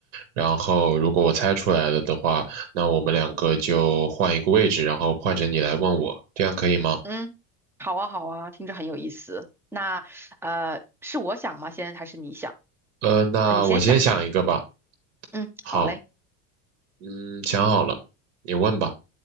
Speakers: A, on the right; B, in the centre.
A: 然后如果我猜出来了的话，那我们两个就换一个位置，然后换成你来问我，这样可以吗？
B: 嗯，好啊，好啊，听着很有意思。那呃，是我想吗？先还是你想？
A: 呃，那我先想一个吧。
B: 呃你先想吧。嗯，
A: 好，
B: 好嘞，
A: 嗯，想好了，你问吧。